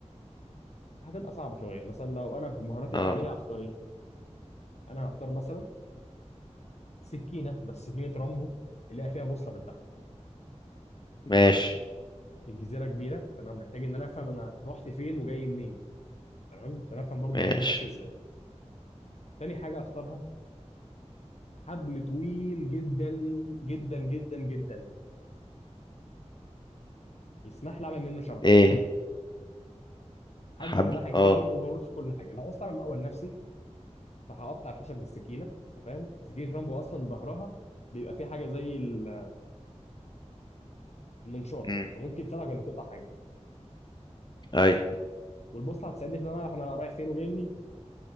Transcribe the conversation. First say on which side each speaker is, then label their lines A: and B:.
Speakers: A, on the left; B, on the left.
A: هتبقى صعبه شويه مثلا لو انا بمهاراتي الحاليه
B: اه
A: هختار ايه؟ انا هختار مثلا سكينه بس سكينه رامبو اللي هي فيها بوصله من تحت
B: ماشي
A: الجزيره كبيره فانا محتاج ان انا افهم انا رحت فين وجاي منين تمام عشان افهم برضو
B: ماشي
A: الدنيا ماشيه ازاي تاني حاجه هختارها حبل طويل جدا جدا جدا جدا يسمح لي اعمل منه شبكه
B: ايه
A: حبل
B: حبل
A: ده هيفيدني
B: اه
A: اوفرول في كل حاجه لو عاوز اعمل مأوى لنفسي فهقطع الخشب بالسكينه انت فاهم سكينه رامبو اصلا ظهرها بيبقى فيه حاجه زي ال- المنشار
B: امم
A: فممكن تساعدك انك تقطع حاجه
B: ايوه
A: والبوصله هتساعدني في ان انا انا رايح فين وجاي منين